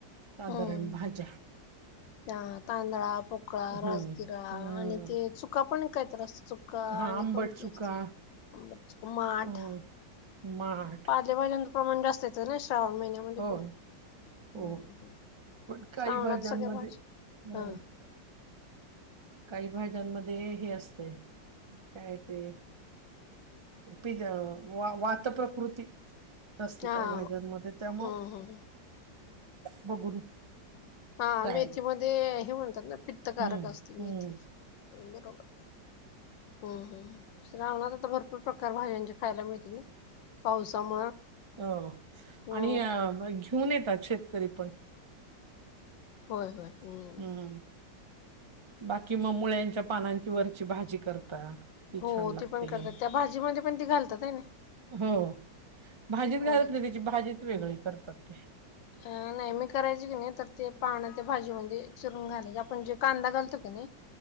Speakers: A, on the right (about 45°); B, on the left (about 80°).
A: साधारण
B: हम्म
A: भाज्या
B: ह तांदळा पोकळा
A: हम्म
B: राजगिरा
A: हम्म
B: आणि ते चुका पण कायतर असत चुका
A: हा
B: आणि
A: आंबट
B: कोणती
A: चुका
B: असतबर चु माठ
A: हम्म माठ
B: पालेभाज्यांच प्रमाण जास्त येतं ना श्रावण महिन्यामध्ये
A: हो
B: पण हम
A: हो
B: हम
A: पण काही
B: श्रावणात
A: भाज्यांमध्ये
B: सगळ्या भाज्या
A: हं
B: हा
A: काही भाज्यांमध्ये हे असतय काय ते पिद वा वात प्रकृती असती
B: हा
A: काही भाज्यांमध्ये त्यामुळ
B: हम्म हम्म
A: बघून
B: हा
A: करायला
B: मेथी मध्ये हे म्हणतात ना पित्तकारक
A: हम्म
B: असते मेथी
A: हम्म
B: बरोबर हम्म हम श्रावणात आता भर - प्रकार भाज्यांचे खायला मिळते ना पावसामुळ
A: ओ
B: हम्म
A: आणि घेऊन येतात शेतकरी पण
B: होय होय हम
A: हम्म बाकी मग मुळ्यांच्या पानांची वरची भाजी करतात ती
B: हो
A: छान लागते
B: ते पण करतात त्या भाजीमध्ये पण ती घालतात आहे ना
A: हो भाजीत
B: मुळ्याची.
A: घालत नाही त्याची भाजीत वेगळी करतात ते
B: छानाय मी करायच की नाही तर ते पानांची भाजीमध्ये चिरून घालायचे आपण जे कांदा घालतो की नई